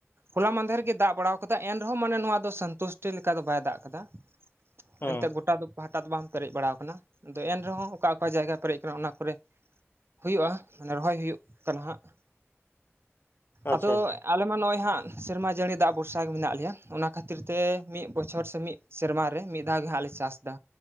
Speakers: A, on the right; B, on the left.
A: ᱦᱚᱞᱟ ᱢᱫᱷᱮᱨ ᱜᱮ ᱫᱟᱜ ᱵᱟᱲᱟᱣ ᱟᱠᱟᱫᱟ ᱮᱱᱨᱮᱦᱚᱸ ᱢᱟᱱᱮ ᱱᱚᱣᱟ ᱫᱚ ᱥᱚᱱᱛᱩᱥᱴᱤ ᱞᱮᱠᱟ ᱫᱚ ᱵᱟᱭ ᱫᱟᱜ ᱟᱠᱟᱫᱟ᱾
B: ᱦᱮᱸ
A: ᱮᱱᱛᱜ ᱜᱚᱴᱟ ᱫᱚ ᱯᱟᱦᱴᱟ ᱫᱚ ᱵᱟᱝ ᱯᱮᱨᱮᱡ ᱵᱟᱲᱟ ᱟᱠᱟᱱᱟ ᱟᱫᱚ ᱮᱱᱨᱮᱦᱚᱸ ᱚᱠᱟ ᱚᱠᱟ ᱡᱟᱭᱜᱟ ᱯᱮᱨᱮᱡ ᱟᱠᱟᱱᱟ ᱚᱱᱟ ᱠᱚᱨᱮ ᱦᱩᱭᱩᱜᱼᱟ ᱾ᱢᱟᱱᱮ ᱨᱚᱦᱚᱭ ᱦᱩᱭᱩᱜ ᱠᱟᱱᱟ ᱦᱟᱸᱜ
B: ᱟᱪᱪᱷᱟ
A: ᱟᱫᱚ
B: ᱟᱪᱪᱷᱟ
A: ᱟᱞᱮ ᱢᱟ ᱱᱚᱜᱼᱚᱭ ᱦᱟᱸᱜ ᱥᱮᱨᱢᱟ ᱡᱟᱹᱲᱤ ᱫᱟᱜ ᱵᱷᱚᱨᱥᱟ ᱜᱮ ᱢᱮᱱᱟᱜ ᱞᱮᱭᱟ ᱚᱱᱟ ᱠᱷᱟᱹᱛᱤᱨ ᱛᱮ ᱢᱤᱫ ᱵᱚᱪᱷᱚᱨ ᱥᱮ ᱢᱤᱫ ᱥᱮᱨᱢᱟ ᱨᱮ ᱢᱤᱫ ᱫᱷᱟᱣ ᱜᱮ ᱦᱟᱸᱜ ᱞᱮ ᱪᱟᱥ ᱮᱫᱟ